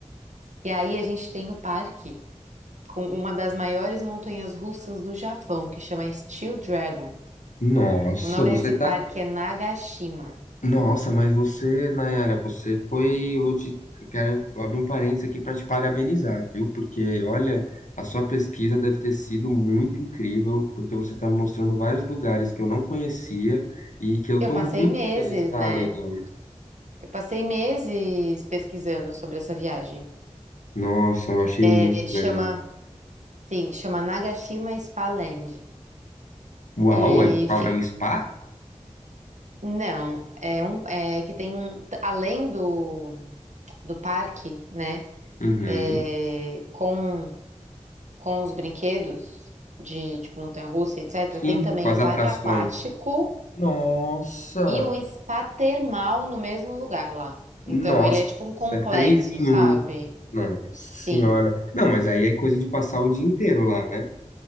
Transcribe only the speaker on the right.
E aí a gente tem o parque com uma das maiores montanhas russas do Japão, que chama Steel Dragon.
O nome
desse parque
é Nagashima.
Eu
passei
meses,
né?
Eu passei meses pesquisando sobre essa viagem.
É,
chama,
sim, chama Nagashima Spa Land.
E
fi-
Não, é um é que tem t- além do, do parque, né?
é, com com os brinquedos de tipo montanha-russa, etc.
Tem também
um parque
aquático
e um spa termal no mesmo lugar lá. Então
ele é tipo um complexo,
sabe?
Sim,